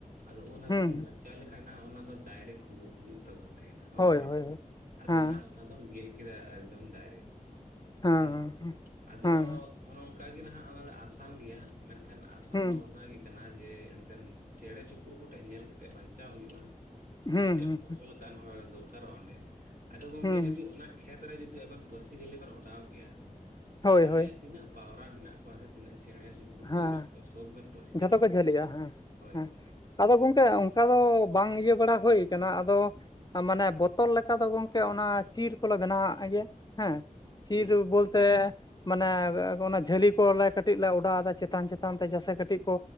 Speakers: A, on the right (about 85°); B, on the left (about 30°).
A: ᱟᱫᱚ ᱩᱱ ᱦᱟᱹᱵᱤᱡ
B: ᱦᱩᱸ
A: ᱵᱚᱱ ᱵᱟᱧ ᱪᱟᱣ ᱞᱮᱠᱷᱟᱡ ᱱᱟᱦᱟᱜ ᱚᱱᱟ ᱫᱚ ᱰᱟᱭᱨᱮᱠ ᱦᱩᱲᱩ ᱦᱩᱭᱩᱜ ᱛᱟᱵᱩᱱ ᱛᱮᱦᱮᱱᱟ ᱦᱳᱭᱥᱮ,
B: ᱦᱳᱭ ᱦᱳᱭ ᱦᱳᱭ
A: ᱟᱫᱚ
B: ᱦᱮᱸ
A: ᱱᱟᱦᱟᱜ ᱚᱱᱟ ᱫᱚᱢ ᱜᱮᱜ ᱠᱮᱫᱟ ᱮᱠᱫᱚᱢ ᱰᱟᱭᱨᱮᱠ,
B: ᱦᱮᱸ
A: ᱦᱳᱭᱥᱮ
B: ᱦᱮᱸ ᱦᱮᱸ
A: ᱟᱫᱚ
B: ᱦᱩᱸ
A: ᱚᱱᱚ ᱚᱝᱠᱟ ᱜᱮ ᱱᱟᱦᱟᱜ ᱚᱱᱟ ᱫᱚ ᱟᱥᱟᱱ ᱜᱮᱭᱟ, ᱢᱮᱱᱠᱷᱟᱱ ᱟᱥᱟᱱ
B: ᱦᱩᱸ
A: ᱫᱚ ᱚᱱᱟ ᱜᱤ ᱠᱟᱱᱟ ᱡᱮ ᱮᱱᱛᱮᱱ ᱪᱮᱬᱮ ᱪᱩᱯᱨᱩ ᱠᱩᱴᱷᱮᱜ ᱧᱮᱞ ᱠᱮᱛᱮᱜ ᱵᱟᱧᱪᱟᱣ ᱦᱩᱭᱩᱜᱼᱟ᱾ ᱟᱨ
B: ᱦᱩᱸ
A: ᱢᱤᱜᱴᱮᱱ ᱦᱚᱨᱦᱚ ᱞᱮ <inaudible> ᱫᱚᱨᱠᱟᱨᱚᱜᱼᱟ ᱚᱸᱰᱮ, ᱟᱫᱚ ᱜᱚᱝᱠᱮ
B: ᱦᱩᱸ
A: ᱡᱩᱫᱤ ᱚᱱᱟ ᱠᱷᱮᱛ ᱨᱮ ᱡᱩᱫᱤ ᱟᱵᱮᱱ ᱯᱟᱹᱥᱤ ᱡᱷᱟᱹᱞᱤ ᱵᱮᱱ ᱚᱰᱟᱣ ᱠᱮᱜᱼᱟ,
B: ᱦᱳᱭ
A: ᱛᱟᱦᱟᱞᱮ
B: ᱦᱳᱭ
A: ᱛᱤᱱᱟᱹᱜ ᱯᱟᱣᱨᱟ ᱢᱮᱱᱟᱜ ᱠᱚᱣᱟ, ᱥᱮ ᱛᱤᱱᱟᱹᱜ ᱪᱮᱬᱮ ᱪᱩ ᱯᱩᱲᱩᱜ
B: ᱦᱮᱸ
A: ᱠᱚ ᱢᱮᱱᱟᱜ ᱠᱚᱣᱟ, ᱥᱳᱵ ᱵᱮᱱ ᱯᱟᱹᱥᱤ ᱪᱟᱵᱟ
B: ᱡᱷᱚᱛᱚ ᱠᱚ
A: ᱠᱚᱣᱟ,
B: ᱡᱷᱟᱹᱞᱤᱜᱼᱟ ᱦᱮᱸ
A: ᱦᱳᱭ
B: ᱦᱮᱸ
A: ᱜᱚᱝᱠᱮ᱾
B: ᱟᱫᱚ ᱜᱚᱝᱠᱮ ᱚᱝᱠᱟ ᱫᱚ ᱵᱟᱝ ᱤᱭᱟᱹ ᱵᱟᱲᱟ ᱦᱳᱭ ᱠᱟᱱᱟ᱾ ᱟᱫᱚ ᱢᱟᱱᱮ ᱵᱚᱛᱚᱞ ᱞᱮᱠᱟ ᱫᱚ ᱜᱚᱝᱠᱮ ᱚᱱᱟ ᱪᱤᱨ ᱠᱚᱞᱮ ᱵᱮᱱᱟᱣᱣᱟᱜ ᱜᱮᱭᱟ ᱦᱮᱸ᱾ ᱪᱤᱨ
A: ᱦᱩᱸ
B: ᱵᱚᱞᱛᱮ ᱢᱟᱱᱮ ᱚᱱᱟ ᱡᱷᱟᱹᱞᱤ ᱠᱚᱞᱮ ᱠᱟᱹᱴᱤᱡ ᱞᱮ <inaudible> ᱫᱚ ᱟᱫᱚ ᱪᱮᱛᱟᱱ ᱪᱮᱛᱟᱱ ᱛᱮ ᱡᱮᱥᱮ ᱠᱟᱹᱴᱤᱡ ᱠᱚ,